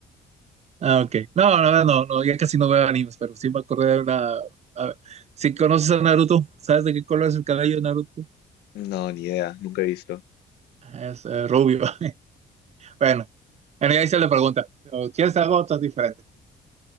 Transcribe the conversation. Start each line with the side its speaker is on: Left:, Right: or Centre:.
Right: Ah, ok. No, no, no, no, ya casi no veo animes, pero sí me acordé de una... a ver, si conoces a Naruto, ¿sabes de qué color es el cabello de Naruto?
Left: No, ni idea, nunca he visto.
Right: Es eh, rubio. <laughs> Bueno, en ahí se le pregunta, ¿o ¿quieres algo otra diferente?